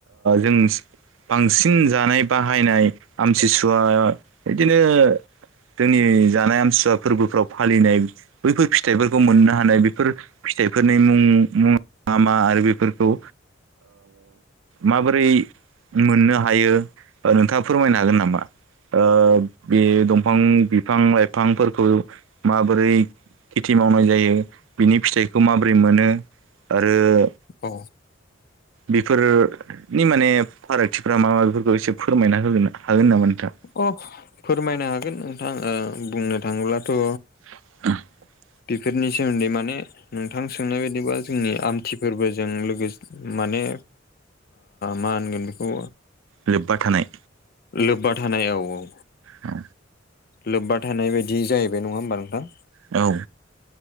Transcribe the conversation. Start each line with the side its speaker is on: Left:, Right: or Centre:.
Right: जों बांसिन जानाय बाहायनाय आमथिसुवा बिदिनो जोंनि जानाय आमसुवा फोरबोफ्राव फालिनाय। बैफोर फिथाइफोरखौ मोननो हानाय बेफोर फिथाइफोरनि मुं मुङा मा मा आरो बेफोरखौ माबोरै मोननो हायो नोंथाङा फोरमायनो हागोन नामा? ओ बे दंफां बिफां लाइफांफोरखौ माबोरै खेथि मावनाय जायो बिनि फिथाइखौ माबोरै मोनो। आरो।
Left: अ
Right: बेफोरो माने फारागथिफ्रा मा माबिफोरखौ एसे फोरमायना होगोन हागोन नामा नोंथां।
Left: अ फोरमायनो हागोन नोंथाङ बुंनो थाङोब्लाथ'
Right: <inaudible>
Left: बेफोरनि सोमोन्दै माने नोंथां सोंनाय बायदिबा जोंनि आमथि फोरबोजों माने मा होनगोन बेखौ
Right: लोब्बा थानाय
Left: लोब्बा थानाय औ औ।
Right: औ।
Left: लोब्बा थानाय बायदि जाहैबाय नङा होमबा नोंथां।
Right: औ।